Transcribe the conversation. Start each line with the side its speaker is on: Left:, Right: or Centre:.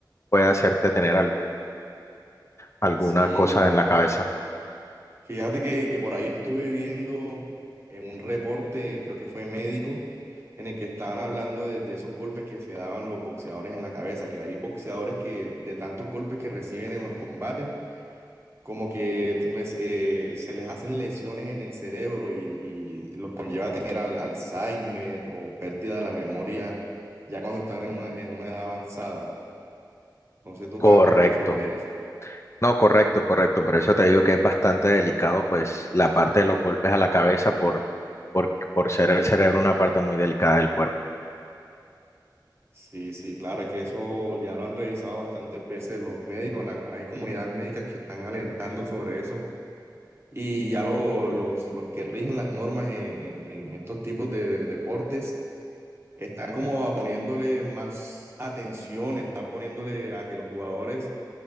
Left: puede hacerte tener algún, alguna
Right: Sí,
Left: cosa
Right: claro.
Left: en la cabeza.
Right: Fíjate que, que por ahí estuve viendo en un reporte, creo que fue médico, en el que estaban hablando de, de esos golpes que se daban los boxeadores en la cabeza, que hay boxeadores que de tantos golpes que reciben en los combates, como que res- eh, se les hacen lesiones en el cerebro y, y los conlleva a tener al- Alzheimer o pérdida de la memoria ya cuando están en una, en una edad avanzada. No sé tú
Left: Correcto.
Right: qué has visto sobre eso.
Left: No, correcto, correcto. Por eso te digo que es bastante delicado, pues, la parte de los golpes a la cabeza por, por, por ser el cerebro una parte muy delicada del cuerpo.
Right: Sí, sí, claro, es que eso ya lo han revisado bastantes veces los médicos, la- hay comunidades médicas que están alertando sobre eso y ya lo- los, los que rigen las normas en, en- en estos tipos de, de deportes están como poniéndole más atención, están poniéndole a que los jugadores,